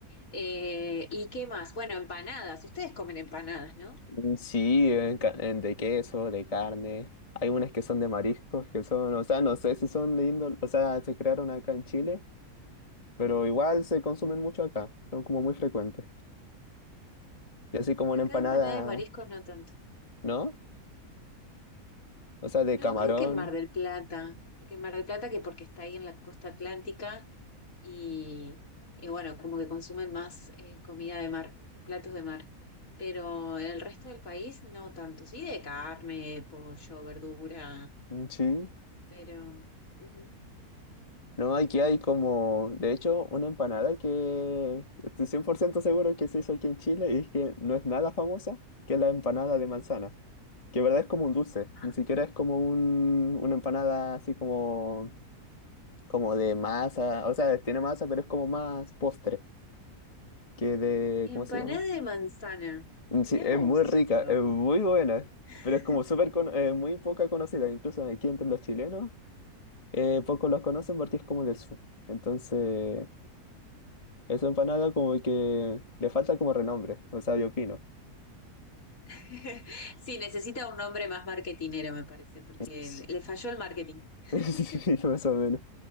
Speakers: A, on the left; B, on the left.
A: Eh, ¿y qué más? Bueno, empanadas. Ustedes comen empanadas, ¿no?
B: Mm, Sí, en ca- en de queso, de carne. Hay unas que son de mariscos, que son, o sea, no sé si son de índole, o sea, se crearon acá en Chile, pero igual se consumen mucho acá, son como muy frecuentes. Y así
A: Ah,
B: como una
A: acá
B: empanada,
A: empanada de mariscos no tanto.
B: ¿no? O sea, de
A: No,
B: camarón,
A: creo que en Mar del Plata. Que en Mar del Plata, que porque está ahí en la costa atlántica y, y bueno, como que consumen más eh, comida de mar, platos de mar. Pero en el resto del país no tanto. Sí, de carne, pollo, verdura,
B: mm, sí.
A: pero... ujú.
B: No, aquí hay como, de hecho, una empanada que estoy 100% seguro que se hizo aquí en Chile y es que no es nada famosa, que es la empanada de manzana, que en verdad es como un dulce,
A: Ah,
B: ni siquiera es como un, una empanada así como como de masa, o sea, tiene masa, pero es como más postre que de,
A: empanada
B: ¿cómo se llama?
A: de manzana.
B: Mm,
A: Mirá
B: Sí, es
A: vos,
B: muy
A: eso
B: rica,
A: es nuevo.
B: es muy buena,
A: <laughs>
B: pero es como súper, cono- eh, muy poca conocida, incluso aquí entre los chilenos, eh, pocos los conocen porque es como del sur. Entonces, esa empanada como que le falta como renombre, o sea, yo opino.
A: <laughs> Sí, necesita un nombre más marketinero, me parece, porque
B: Sí,
A: le le falló el marketing. <laughs>
B: <laughs> sí, más o menos.